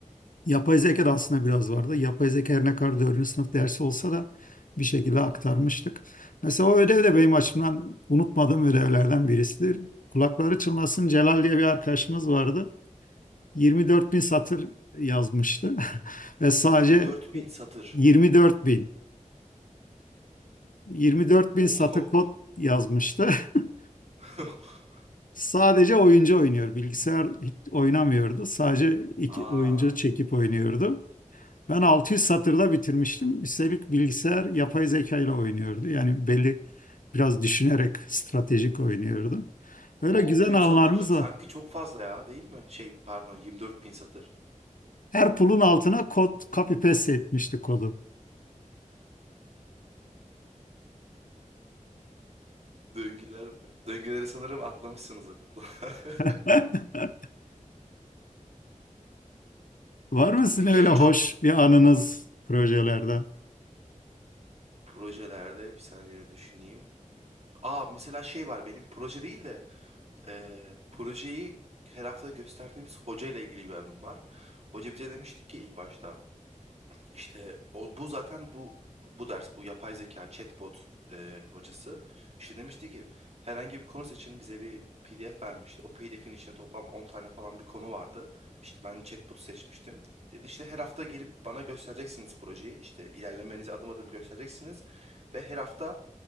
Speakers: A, on the left; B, on the right.
A: Yapay zeka da aslında biraz vardı. Yapay zeka her ne kadar dördüncü sınıf dersi olsa da bir şekilde aktarmıştık. Mesela o ödev de benim açımdan unutmadığım ödevlerden birisidir. Kulakları çınlasın Celal diye bir arkadaşımız vardı. 24 bin satır yazmıştı <laughs> ve sadece
B: 24 bin satır.
A: 24 bin 24 bin
B: Oo.
A: satır kod yazmıştı. <laughs>
B: <laughs>
A: Sadece oyuncu oynuyor. Bilgisayar hiç oynamıyordu. Sadece iki
B: Aa.
A: oyuncu çekip oynuyordu. Ben 600 satırda bitirmiştim. Üstelik bilgisayar yapay zeka ile oynuyordu. Yani belli biraz düşünerek stratejik oynuyordu. Öyle
B: 600
A: güzel anılarımız
B: satır sanki
A: var.
B: çok fazla ya değil mi? Şey pardon 24 bin satır.
A: Her pulun altına kod copy paste etmişti kodu.
B: Döngüler, döngüleri sanırım atlamışsınız okulda. <laughs>
A: <laughs> Var mı sizin
B: Peki
A: öyle
B: en
A: hoş
B: çok
A: bir anınız projelerden?
B: projelerde bir saniye düşüneyim. Aa mesela şey var benim proje değil de eee, projeyi her hafta gösterdiğimiz hoca ile ilgili bir anım var. Hoca bize demişti ki ilk başta işte o, bu zaten bu bu ders bu yapay zeka chatbot e, hocası işte demişti ki herhangi bir konu seçin bize bir PDF vermişti. O PDF'in içinde toplam on tane falan bir konu vardı. İşte ben chatbot'u seçmiştim. Dedi işte her hafta gelip bana göstereceksiniz projeyi. İşte ilerlemenizi adım adım göstereceksiniz ve her hafta